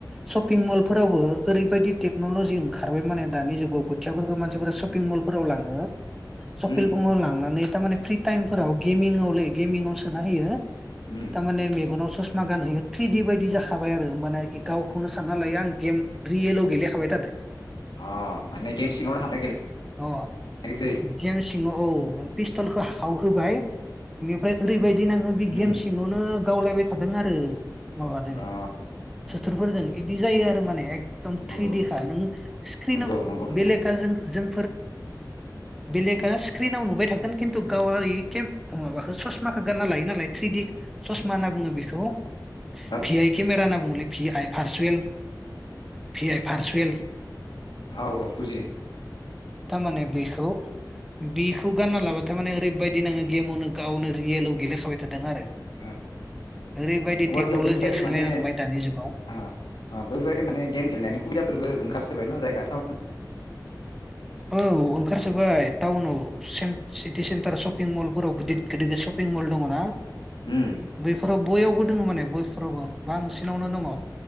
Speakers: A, in the centre; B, on the left (about 80°).
A: शपिं मल फोरावबो ओरैबायदि टेक्न'लजि ओंखारबाय माने दानि जुगाव खोथियाफोरखौ मानसिफोरा शपिं मलफोराव लाङो <unintelligible>
B: उम
A: लांनानै दा मामे फ्रि टाइमफोराव गेमिंआवलै गेमिं सोना होयो
B: उम
A: थार माने मेगनाव सस मा गान होयो थ्रिडी बायदि जाखाबाय आरो होमबाना गावखौनो सानना लायो आं गेम रियेलाव गेलेखाबाय थादो।
B: अ माने गेम सिङावनो हाबनो गेले
A: अ
B: ज
A: गेम सिङाव औ पिस्टलखौ हाखाव होबाय बेनिफ्राय बेबायदिनो आङो बे
B: उम
A: गेम सिङावनो गावलायबाय थादों आरो। माबादों
B: अ
A: बोथोरफोरजों बिदि जायो आरो माने। एकदम थैदिखा
B: नंगौ
A: नों स्क्रिनाव
B: नंगौ नंगौ नोंथां
A: बेलेक जों जों बेलेकआ स्क्रिनाव नुबाय थागोन खिन्थु गाव माबाखौ स ससमाखौ गानना लायो नालाय थ्रिडी ससमा होनना बुङो बेखौ
B: औ
A: भि आइ केमेरा होनना बुंङोलै। फि आइ फारसुयेल फि आइ फारसुयेल
B: औ औ बुजिदों।
A: थारमाने बेखौ बेखौ गानना लाबाथाय माने ओरैबायदि नाङो गेमावनो गावनो रियेलाव गेलेखाबाय थादों आरो।
B: ओ
A: ओरैबायदि
B: गुवाहाटियाव
A: टेक्न'लजिया
B: बेफोरबायदि
A: सोलायलांबाय
B: माने अ
A: दानि जुगाव
B: बेफोरबायदि माने गेम गेलेनायनि सुबिदाफोरबो ओंखारसै <unintelligible> बाय न जायगा था
A: औ ओंखारसोबाय टाउनाव <unintelligible> सिटि सेन्टार शपिं मलफोराव गिदिर गिदिर गिदिरशपिं मल दङ ना?
B: उम
A: बेफोराव बयावबो दङ माने बयफोरावबो बांसिनावनो दङ।